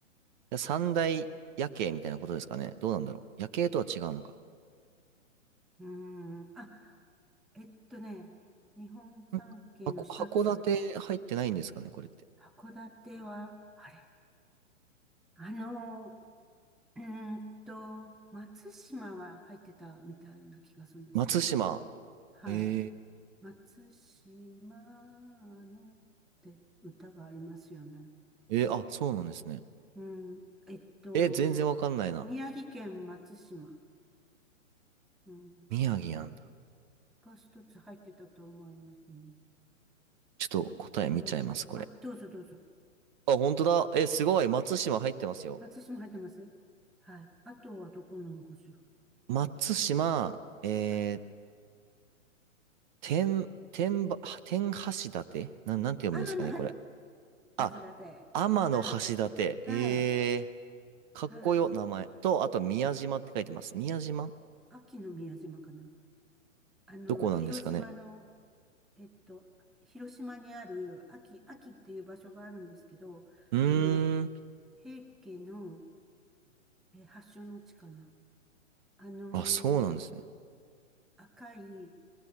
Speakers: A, on the right; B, in the centre.
A: 三大夜景みたいなことですかね。どうなんだろう。夜景とは違うのか。
B: うーん。あ、えっとね、日本三景の一つ、
A: ん箱、函館入ってないんですかね、これって。
B: 函館は、あれあの、うーんと、松島は入ってたみたいな気がするんですけど、
A: 松島。
B: はい。
A: え
B: 松島のって歌がありますよね。
A: ー、えーあ、そうなんですね。
B: うん、えっと、
A: え全然わかんないな。
B: 宮城県松島、うん、
A: 宮城なんだ。
B: が一つ入ってたと思いますね。
A: ちょっと答え見ちゃいます、
B: あ、うん、
A: これ。
B: あ、どうぞどうぞ。
A: あ、本当だ。えすごい。松島入ってますよ。
B: 松島入ってますはい。あとはどこなのかしら。
A: 松島、
B: 松、
A: えー、
B: はい。
A: 天、天ば、天橋立なん、なんて読むんですかね、
B: 天橋立、
A: これ。あ、
B: 天橋立。
A: 天の橋立。
B: はい。はい。
A: えー、かっこよ、
B: はい。
A: 名前。と、あと、宮島って書いてます。宮島
B: 秋の宮島かな。あの、
A: どこなんですかね。
B: 広島の、えっと、広島にある秋、秋っていう場所があるんですけど、
A: うーん。
B: あの、平家のえー発祥の地かな。あのー
A: あ、そうなんですね。
B: 赤い